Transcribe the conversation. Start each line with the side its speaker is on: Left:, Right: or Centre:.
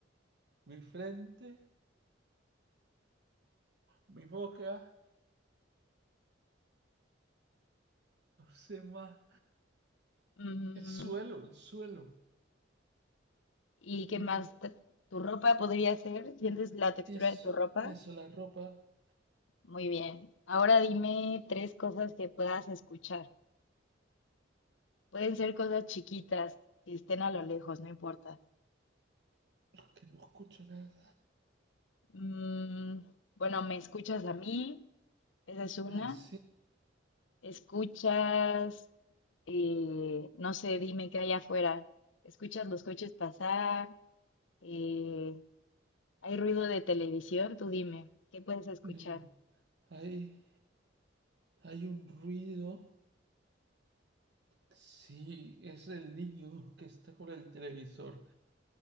Right: Mi frente, mi boca, no sé más.
Left: Mm,
Right: El suelo, el suelo.
Left: ¿y qué
Right: Y
Left: más? T- ¿Tu ropa podría ser? ¿Sientes la textura
Right: Eso,
Left: de tu ropa?
Right: eso, la ropa,
Left: Muy bien. Ahora dime tres cosas que puedas escuchar. Pueden ser cosas chiquitas que estén a lo lejos, no importa.
Right: que no escucho nada.
Left: Mm, bueno, me escuchas a mí, esa es una.
Right: Así,
Left: Escuchas, eh, no sé, dime qué hay afuera. Escuchas los coches pasar, eh, hay ruido de televisión, tú dime, ¿qué puedes escuchar?
Right: no, hay, hay un ruido. Sí, es el niño que está con el televisor.